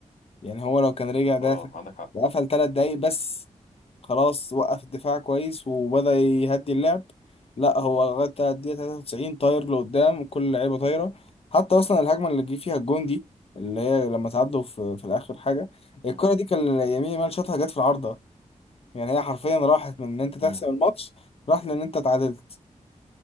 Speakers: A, on the left (about 50°); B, on the left (about 75°).
A: يعني هو لو كان رجع دافع
B: اه عندك حق
A: وقفل 3 دقايق بس خلاص وقف الدفاع كويس وبدأ يهدي اللعب لا هو لغاية الدقيقة 93 طاير لقدام كل اللعيبة طايرة حتى أصلا الهجمة اللي جه فيها الجون دي اللي هي لما تعدوا في, في الآخر حاجة الكرة
B: مم.
A: دي كان يمين يامال شاطها جت في العارضة يعني هي حرفيا راحت من ان انت تحسم
B: مم.
A: الماتش راحت لان انت اتعادلت